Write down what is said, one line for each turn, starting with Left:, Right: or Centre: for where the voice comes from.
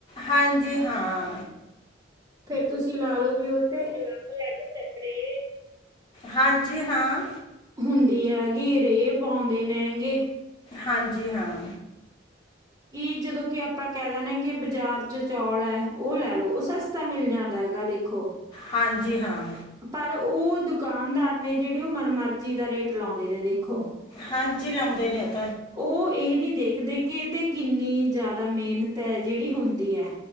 Left: ਹਾਂਜੀ ਹਾਂ
Right: ਫੇਰ ਤੁਸੀਂ ਲਾ ਲਓ ਵੀਓ ਤੇ ਅਲੱਗ, ਅਲੱਗ ਸਪਰੇ
Left: ਹਾਂਜੀ ਹਾਂ
Right: ਹੁੰਦੀ ਹੈਗੀ ਰੇ ਪਾਉਂਦੇ ਨੇ ਹੈਗੇ
Left: ਹਾਂਜੀ ਹਾਂ
Right: ਕਿ ਜਦੋਂ ਕਿ ਆਪਾਂ ਕਹਿ ਦਿੰਦੇ ਹਾਂ ਕਿ ਬਾਜ਼ਾਰ ਚ ਚੌਲ ਹੈ ਉਹ ਲੈ ਲੋ ਉਹ ਸਸਤਾ ਮਿਲ ਜਾਂਦਾ ਹੈਗਾ ਦੇਖੋ ਖੋ
Left: ਹਾਂਜੀ ਹਾਂ
Right: ਪਰ ਉਹ ਦੁਕਾਨਦਾਰ ਨੇ ਜਿਹੜੇ ਉਹ ਮਨ ਮਰਜ਼ੀ ਦਾ ਰੇਟ ਲਾਉਂਦੇ ਨੇ ਦੇਖੋ।
Left: ਹਾਂਜੀ ਲਾਉਂਦੇ ਨੇ ਉਥ
Right: ਉਹ ਇਹ ਨਹੀਂ ਦੇਖਦੇ ਕਿ ਇਹ ਤੇ ਕਿੰਨੀ ਜ਼ਿਆਦਾ ਮਿਹਨਤ ਹੈ ਜਿਹੜੀ ਹੁੰਦੀ ਹੈ।